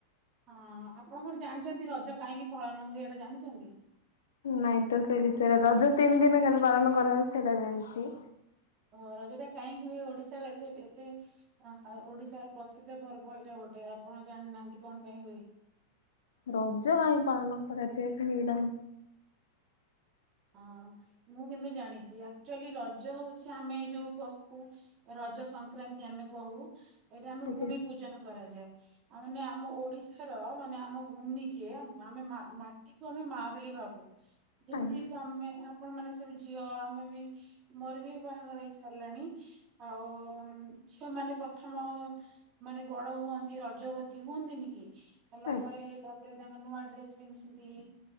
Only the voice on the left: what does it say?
ନାଇଁ ତ ସେ ବିଷୟରେ ରଜ ତିନି ଦିନ ଖାଲି ପାଳନ କରାହୋଉ ସେଇଟା ଜଣିଛି।
ରଜ ତାାଇ ପାଳନ ପରାଛି ନେଇଟା
ଆଜ୍ଞା
ଆଜ୍ଞା
ଆଜ୍ଞା